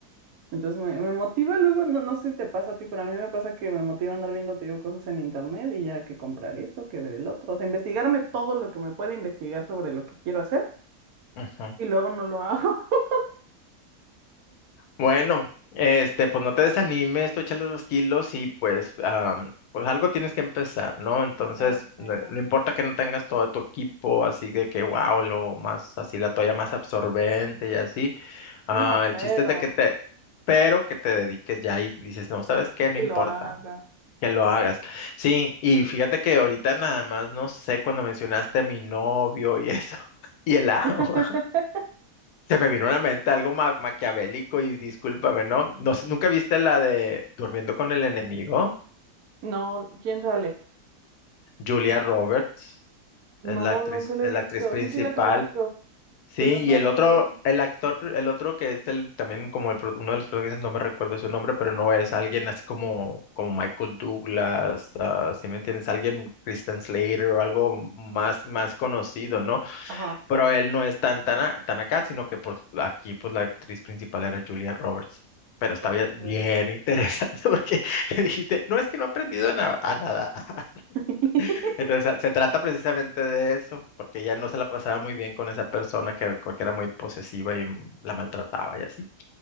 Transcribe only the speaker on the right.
Entonces me, me motiva luego, no, no sé si te pasa a ti, pero a mí me pasa que me motiva andar viendo, te digo, cosas en internet y ya que comprar esto, que ver el otro, o sea, investigarme todo lo que me puede investigar sobre lo que quiero hacer
y luego no lo hago. <laughs>
Ya sé.
No,
cero,
que
lo haga.
<laughs>
No, ¿quién sale?
No,
nunca lo
he visto.
Sí, sí la <laughs> conozco,
pero no,
no
la he visto.
Ajá.
Ok.
<laughs>